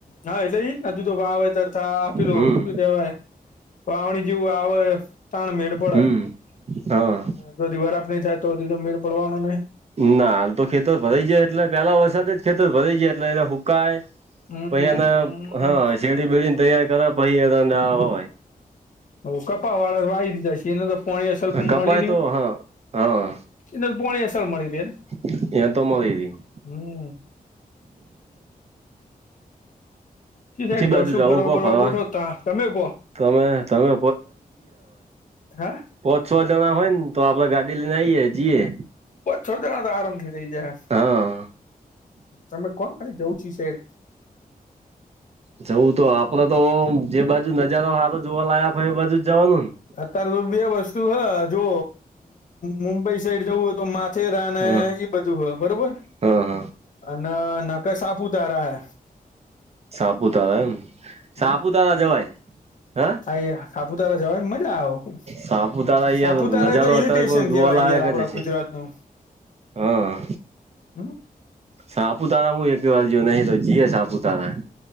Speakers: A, on the left; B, on the right.
A: હા એટલે ઈ જ ને, હજું તો વાવેતર થાય પેલું
B: હમ
A: શું કેવાય? વાવણી જેવું આવે હે, તાણ મેળ પડે.
B: હમ હા
A: તો દિવાર આપડી ચાર તો હજી તો મેળ પડવાનો નહિં.
B: ના. હાલ તો ખેતર ભરાઈ જાય એટલે પેલા વરસાદ જ ખેતર ભરાઈ જાય એટલે એ હુકાય
A: હમ
B: પહી એને હા શેરડી બેરડીને તૈયાર કરાય પહી એને ના વવાય.
A: હું કપાહ વાળા તો વાવી દીધા <unintelligible> પોણી અસલ
B: કપાય
A: મળી રહ્યું,
B: તો હા હા
A: એટલે પોણી અસલ મળી રહે.
B: <unintelligible>
A: હમ્મ. <unintelligible>
B: ચી બાજુ જવું કો ફરવા
A: તમે કહો.
B: તમે તમે
A: હા?
B: પો છ જણા હોય ને તો આપડે ગાડી લઈને આઈએ, જીએ
A: પો છ જણા તો આરામથી થઇ જાહે,
B: હા
A: તમે કોણ ખાલી જવ છો શહેર.
B: જવું તો આપડે તો જે બાજુ નજારો હારો જોવા લાયક હોય એ બાજુ જ જવાનું ન.
A: અત્યારે તો બે વસ્તુ હે, જો મુંબઈ સાઈડ જવું હોય તો મા થેરા ને
B: હ
A: ઈ બધું હે, બરોબર?
B: હ હ
A: અને નકર સાપુતારા હે.
B: સાપુતારા એમ? સાપુતારા
A: હમ
B: જવાય. હે
A: <unintelligible> સાપુતારા જવાયન મજા આવે.
B: સાપુતારા
A: સાપુતારા
B: યાર નજારો
A: એટલે હિલ
B: અત્યારે
A: સ્ટેશન
B: કોઈ જોવાલાયક
A: કેવાય યાર આપડા
B: જ હશે.
A: ગુજરાત નું.
B: હા.
A: હમ
B: સાપુતારા હું એકેય જ્યો નહીં, તો જીયે સાપુતારા.